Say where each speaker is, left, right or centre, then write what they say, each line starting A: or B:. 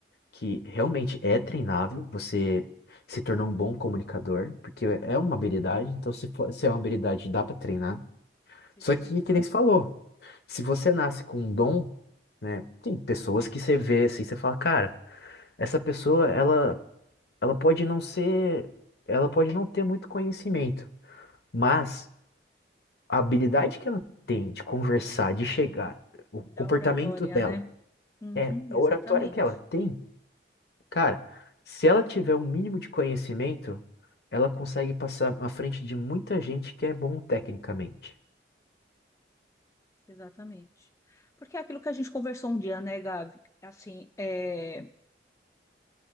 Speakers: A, on the left; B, on the left.
A: que realmente é treinável, você se tornar um bom comunicador, porque é uma habilidade, então se for, se é uma habilidade, dá para treinar.
B: sim,
A: Só
B: sim,
A: que,
B: claro.
A: que nem você falou, se você nasce com um dom, né, tem pessoas que você vê assim, você fala, cara, essa pessoa, ela, ela pode não ser, ela pode não ter muito conhecimento, mas a habilidade que ela tem de conversar, de chegar, o
B: Da
A: comportamento
B: oratória,
A: dela,
B: né? Uhum,
A: é,
B: exatamente,
A: a oratória que ela tem, Cara, se ela tiver um mínimo de conhecimento, ela consegue passar à frente de muita gente que é bom tecnicamente.
B: exatamente. Porque é aquilo que a gente conversou um dia, né, Gabi? Assim, é